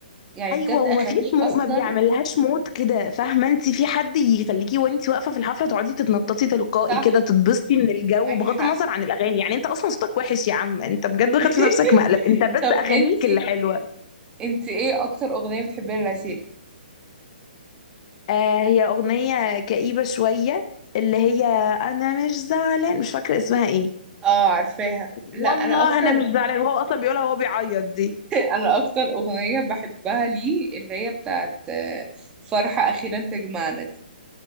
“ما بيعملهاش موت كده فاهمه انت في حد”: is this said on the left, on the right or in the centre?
Left